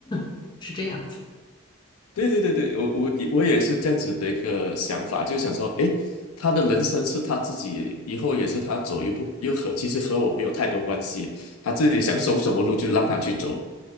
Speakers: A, on the left; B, on the left.
A: <laughs> 是这样子。
B: 对对对对，我我我也是这样子的一个想法，就想说，诶，他的人生是他自己，以后也是他走一步，又和其实和我没有太多关系，他自己想走什么路就让他去走。